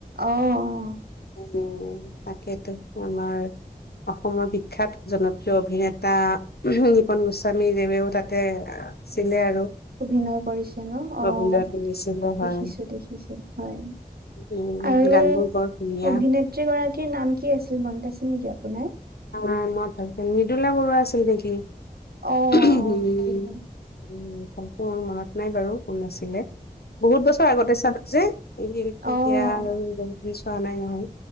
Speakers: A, on the right; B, on the left.
A: অ', অ',
B: উম তাকেতো আমাৰ আমাৰ বিখ্যাত জনপ্ৰিয় অভিনেতা নিপন গোস্বামী দেৱেও তাতে আছিলে আৰু।
A: অভিনয় কৰিছে ন' অ'
B: অভিনয় কৰিছিলে হয়।
A: দেখিছো দেখিছো। হয়
B: উম,
A: আৰু
B: গানবোৰ
A: অভিনেত
B: বৰ ধুনীয়া
A: অভিনেত্ৰীগৰাকীৰ নাম কি আছিল? মনত আছে নেকি আপোনাৰ?
B: আহ মই ভালকে মৃদুলা বৰুৱা আছিল নেকি
A: অ',
B: উম
A: অ', হয়, হয়।
B: উম ভালকে মোৰ মনত নাই বাৰু কোন আছিলে। বহুত বছৰ আগতে চালো যে তেতিয়া
A: অ', অ',
B: আৰু বহুতখিনি চোৱা নাই নহয়।